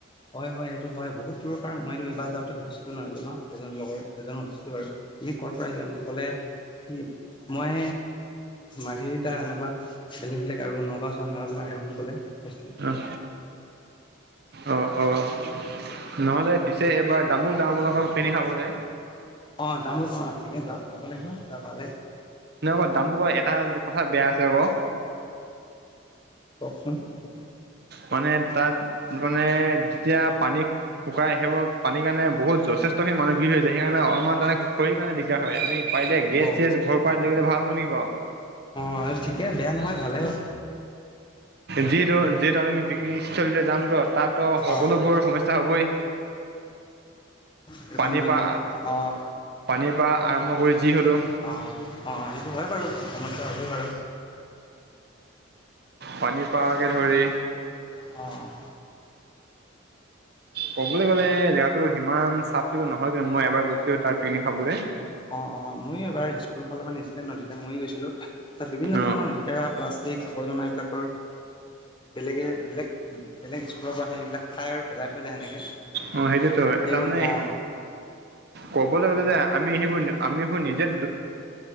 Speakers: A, on the left (about 25°); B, on the right (about 50°).
A: হয় হয় এইটো হয় বহুত দূৰৰ পৰা মই এইটো এইবাৰ যাওঁতে সুধিছিলো নহয় এজনক এজন লগৰ এজনক সুধিছিলো বাৰু। তুমি ক'ৰ পৰা আহিছা বুলি ক'লে, কি মই মাৰঘেৰিটা এনেকুৱা বেলেগ বেলেগ আৰু নগাঁও চহৰৰ মানুহ বিলাক আহে বুলি ক'লে, কৈছিলে
B: উম। অ' অ' নহ'লে পিছে এবাৰ দামো ডঙবলকৰ পিনি খাবলৈ।
A: অঁ দামো কম অঁ ঠিকে য যাব লাগিব যাবালে।
B: নহয় আকৌ দাম ক এটা কথা বেয়া আছে আকৌ।
A: কওঁকচোন? ঠিক
B: মানে তাত মানে যেতিয়া পানী শুকাই আহিব পানীৰ কাৰণে বহুত যথেষ্টখিনি মানহ ভিৰ হৈ যায়। সেইকাৰণে অলপমান তাতে খৰিৰ কাৰণে দিগদাৰ হয়, আমি পাৰিলে গেছ
A: অ
B: চেজ ঘৰ পৰাাই লৈ গ'লে ভাল হব নেকি বাৰু?
A: অ' ঠিকে বেয়া নহয় ভালেই হ'ব।
B: যিহেতু যিহেতু আমি পিকনিক স্থলীলে যামটো। তাতটো সকলোবোৰ
A: অ
B: সমস্যা হ'বই।
A: সেই
B: পানীৰ
A: কাৰণে লৈ
B: পৰা
A: যাব লাগে। অ'
B: পানীৰ পৰা আৰম্ভ কৰি যি হ'লওঁ।
A: অ' অ' অ' সেইটো হয়ে বাৰু সমস্যা হ'বই বাৰু।
B: পানী পাৰাকে ধৰি
A: অ'।
B: ক'বলৈ গ'লে জেগাটো সিমান চাফ চিকুণ নহয় কিন্তু, মই এবাৰ গৈছিলো তাত পিকনিক খাবলৈ।
A: অ' অ' মইয়ো এবাৰ স্কুলৰ ফালৰ পৰা নিছিলে ন তেতিয়া ময়ো গৈছিলো। তাত বিভিন্ন
B: অ
A: ধৰণৰ লেতেৰা প্লাষ্টিক আৱৰ্জনা এইবিলাকৰ বেলেগে বেলেগ বেলেগ ক'ৰ পৰা সেইবিলাক খাই আৰু পেলাই থৈ যায় সেনেকৈ সেইবিলাক।
B: অ সেইটোতো তাৰমানে
A: অঁ
B: ক'বলৈ গ'লে যে আমি সেইবোৰ আমি সবোৰ নিজে